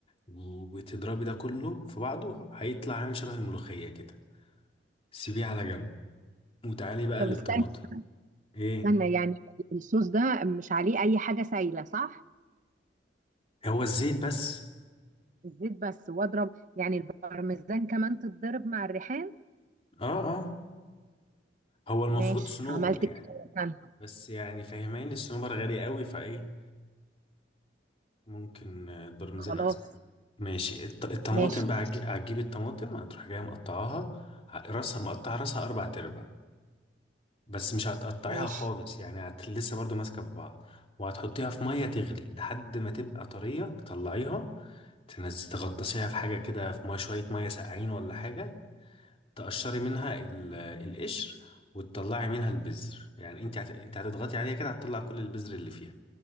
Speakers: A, on the left; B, on the right.
A: وتضربي ده كله في بعضه هيطلع عامل شبه الملوخيه كده سيبيه على جنب وتعالي بقى
B: طب
A: للطماطم
B: استنى
A: ايه
B: استنى يعني الصوص ده مش عليه اي حاجه سايله صح
A: هو الزيت بس
B: الزيت بس واضرب يعني البارميزان كمان تتضرب مع الريحان
A: اه اه هو المفروض
B: ماشي
A: صنوبر
B: عملت
A: يعني
B: كده استنى.
A: بس يعني فاهماني الصنوبر غالي قوي فايه ممكن آه، البرميزان
B: خلاص
A: احسن ماشي الط- الطماطم
B: ماشي
A: بقى هتجي- هتجيب الطماطم هتروح جايه مقطعاها ه- راسها مقطعه راسها اربع تربع بس مش هتقطعيها
B: ماشي
A: خالص يعني هت لسه برضو ماسكه في بعض وهتحطيها في ميه تغلي لحد ما تبقى طريه تطلعيها تنزلي تغطسيها في حاجه كده في ميه شويه ميه ساقعين ولا حاجه تقشري منها ال- القشر وتطلعي منها البذر يعني انت هت... انت هتضغطي عليها كده هتطلع كل البذر اللي فيها